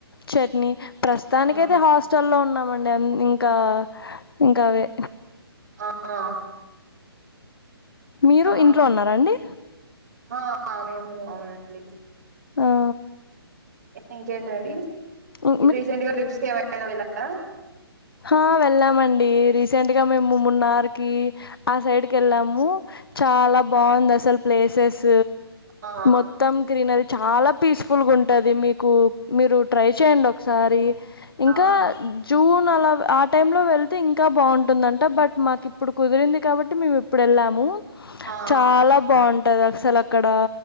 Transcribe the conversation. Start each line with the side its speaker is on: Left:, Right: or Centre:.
Left: చట్నీ ప్రస్తుతానికి
Right: ఆ
Left: అయితే హాస్టల్ల్లో ఉన్నామండి ఇంకా ఇంకా అవే
Right: ఆ
Left: మీరు
Right: ఆ
Left: ఇంట్లో ఉన్నారాండి
Right: ఆ మేము అవునండి
Left: ఆ
Right: ఇంకేంటండి
Left: ఇ
Right: రీసెంట్ గా ట్రిప్స్కి ఏమైనా వెళ్ళారా
Left: ఆ వెళ్ళామండి రీసెంట్ గా మేము మూడున్నరకి ఆ సైడ్కి వెళ్ళాము చాలా బాగుంది అసలు ప్లేసెస్
Right: ఆ
Left: మొత్తం గ్రీనరీ చాలా పీస్ ఫుల్ గా ఉంటది మీకు మీరు ట్రై చేయండి ఒకసారి ఇంకా
Right: ఆ
Left: జూన్ అలా ఆ టైం లో వెళ్తే ఇంకా బాగుంటుందంట బట్ మాకిప్పుడు కుదిరింది కాబట్టి మేము ఇప్పుడు వెళ్ళాము
Right: ఆ
Left: చాలా బాగుంటది అసలు అక్కడ